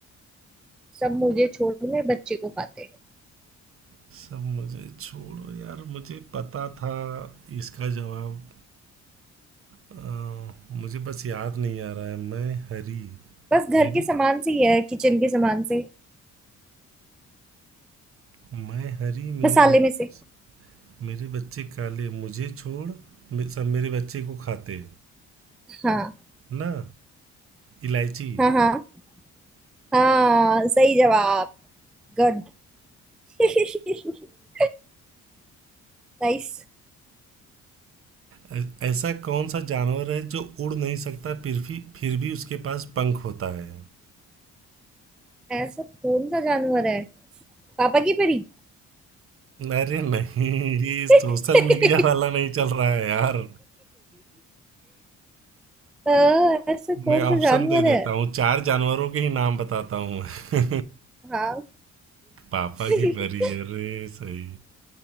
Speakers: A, in the centre; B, on the right.
A: सब मुझे छोड़ मेरे बच्चे को खाते
B: सब मुझे छोड़ो यार मुझे पता था इसका जवाब अ, मुझे बस याद नहीं आ रहा है मैं हरी
A: बस घर
B: मेरे
A: के सामान से ही है किचन के सामान से
B: मैं हरी मेरे
A: मसाले
B: बच्चे
A: में से
B: मेरे बच्चे काले मुझे छोड़ मे- सब मेरे बच्चे को खाते
A: हाँ
B: ना इलायची
A: हाँ हाँ हाँ सही जवाब गुड <laughs> नाइस
B: ऐ- ऐसा कौन सा जानवर है जो उड़ नहीं सकता फिर भी फिर भी उसके पास पंख होता है
A: ऐसा कौन सा जानवर है पापा की परी
B: अरे नहीं ये सोशल
A: <laughs>
B: मीडिया वाला नहीं चल रहा है यार
A: हाँ, ऐसा कौन
B: मैं ऑप्शन
A: सा जानवर
B: दे देता
A: है
B: हूँ चार जानवरों के ही नाम बताता हूँ <laughs>
A: हाँ
B: पापा
A: <laughs>
B: की परी अरे सही